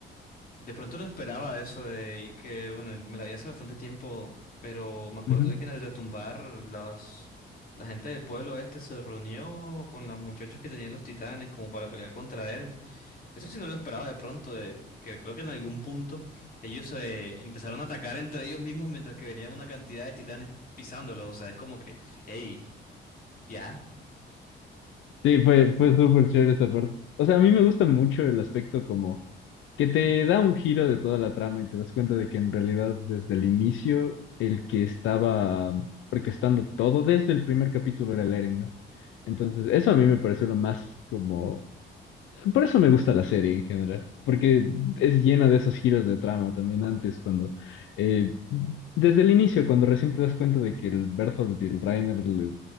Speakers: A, on the left (about 45°); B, on the left (about 80°).
A: de pronto no esperaba eso de y que, bueno, me la vi hace bastante tiempo, pero me acuerdo
B: Ujú.
A: de que en el retumbar las, la gente del pueblo este se reunió con los muchachos que tenían los titanes como para pelear contra Eren. Eso sí no lo esperaba de pronto, de que creo que en algún punto ellos eh, empezaron a atacar entre ellos mismos mientras que venían una cantidad de titanes pisándolos. O sea, es como que, hey, ya.
B: Sí, fue, fue súper chévere esa parte. O sea, a mí me gusta mucho el aspecto como que te da un giro de toda la trama y te das cuenta de que en realidad desde el inicio el que estaba orquestando todo desde el primer capítulo era el Eren, ¿no? Entonces, eso a mí me pareció lo más como Por eso me gusta la serie en general, porque es llena de esos giros de trama también antes, cuando eh, desde el inicio, cuando recién te das cuenta de que el Berthold y el Reiner le-